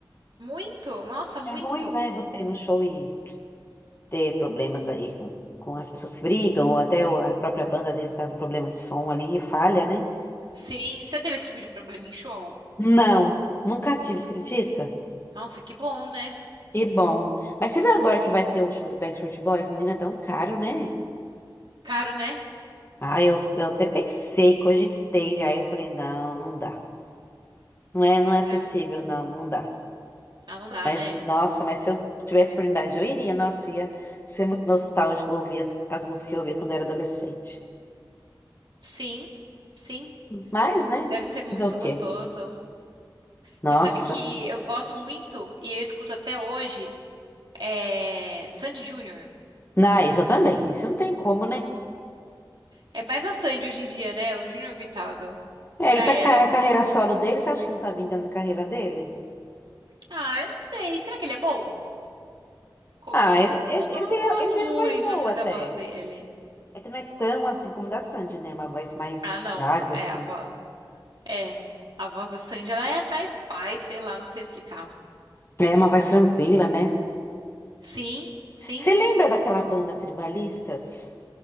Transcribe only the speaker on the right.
Muito, nossa, muito.
Sim, você já teve esse tipo de problema em show?
Nossa, que bom, né?
Caro, né?
É.
Ah, não dá,
né?
Sim, sim.
Deve ser muito
gostoso.
Você sabe que eu gosto muito e eu escuto até hoje é Sandy Júnior.
É mais a Sandy hoje em dia, né? O Junior coitado. Já
era.
Ah, eu não sei. Será que ele é bom? Como.
Eu não,
não gosto
muito,
assim,
da voz dele.
Ah, não.
É
a voz. É. A voz da Sandy, ela é atrás paz, sei lá, não sei explicar.
Sim, sim.